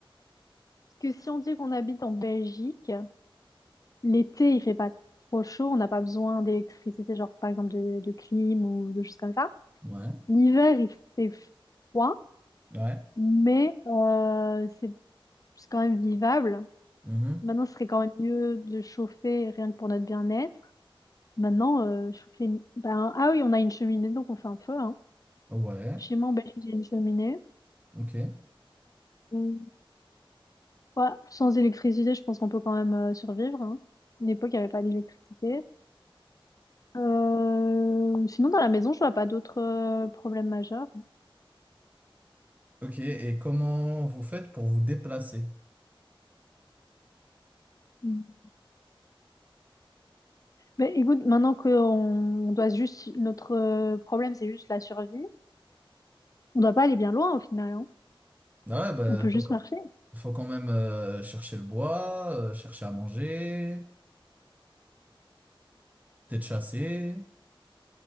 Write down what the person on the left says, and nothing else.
Parce que si on dit qu'on habite en Belgique, l'été, il fait pas trop chaud, on n'a pas besoin d'électricité, genre par exemple de, de clim ou de choses comme ça.
L'hiver, il fait froid,
mais euh, c'est c'est quand même vivable.
Maintenant, ce serait quand même mieux de chauffer rien que pour notre bien-être. Maintenant, euh, chauffer. une- Ben, ah oui, on a une cheminée, donc on fait un feu. hein.
Chez moi en Belgique, j'ai une cheminée.
Mm. Ouais, sans électricité, je pense qu'on peut quand même euh, survivre. Hein. À l'époque, il n'y avait pas d'électricité. Euh, Sinon, dans la maison, je vois pas d'autres euh, problèmes majeurs.
Mm. Mais écoute, maintenant qu'on on doit juste. Notre euh, problème, c'est juste la survie. On doit pas aller bien loin au final. hein.
On peut
juste
marcher.